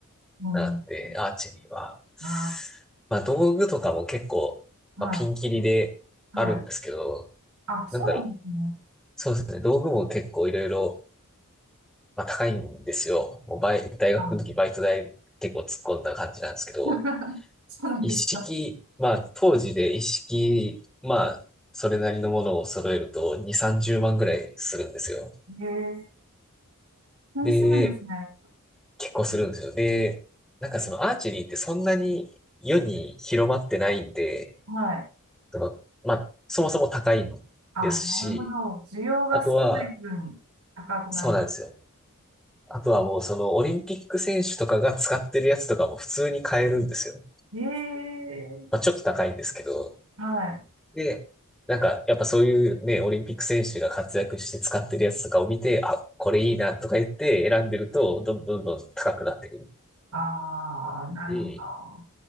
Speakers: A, on the right (about 85°); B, in the centre.
A: ん。
B: なんで、
A: うん、
B: アーチェリーは。
A: あ
B: まあ道具とかも結構、
A: あ、
B: まあ、
A: はい、
B: ピンキリであるんですけど、
A: はい。あ、そうなんですね。
B: なんだろう。そうですね。道具も結構いろいろ、まあ、高いんですよ。もうバイ、大学の時バイト代結構突っ込んだ感じなんですけど、
A: あ、<laughs> そうなんですか。
B: 一式、まあ当時で一式、まあそれなりのものを揃えると2、30万ぐらいするんですよ。
A: へえ、そうするんですね。
B: で、結構するんですよ。で、なんかそのアーチェリーってそんなに世に広まってないんで、
A: はい。
B: その、まあ、そもそも高いんですし、
A: あ、なるほど。需要が少ない分、
B: あとは、
A: 高くなる。
B: そうなんですよ。あとはもうそのオリンピック選手とかが使ってるやつとかも普通に買えるんですよ。
A: ええ
B: まあ、ちょっと高いんですけど。
A: はい。
B: で、なんかやっぱそういうね、オリンピック選手が活躍して使ってるやつとかを見て、あ、これいいなとか言って選んでると、どんどんどんどん高くなってくる
A: ああ、なるほど。
B: し。